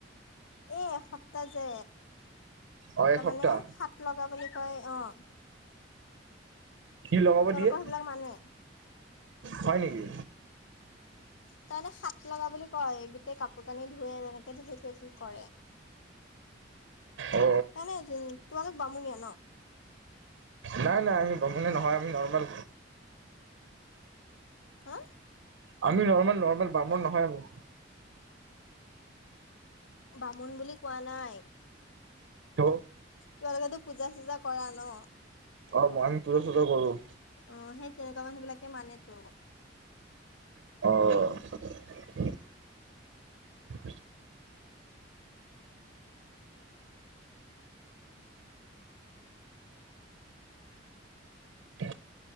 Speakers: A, on the left; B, on the right.
A: এই এসপ্তাহ যে
B: অ
A: তাৰমানে
B: এসপ্তাহ
A: সাত লগা বুলি কয় অ'।
B: কি লগাব
A: তেওঁলোকৰ
B: দিয়ে,
A: সেইবিলাক মানে
B: হয় নেকি?
A: তাৰমানে সাত লগা বুলি কয় গোটেই কাপোৰ কানি ধোৱে তেনেকে <unintelligible> কি কৰে।
B: অ
A: তাই নে জোন তোমালোক বামুণীয়া ন'?
B: নাই নাই আমি বামুণীয়া নহয় আমি নৰ্মেল।
A: হা?
B: আমি নৰ্মেল নৰ্মেল বামুণ নহয় আমি।
A: বামুণ বুলি কোৱা নাই।
B: তো?
A: তোমালোকেটো পূজা চুজা কৰা ন'?
B: অ', মান পূজা চূজা কৰোঁ।
A: অ', সেই তেনেকুৱা মানুহবিলাকে মানেটো।
B: অ'। <inaudible> <inaudible>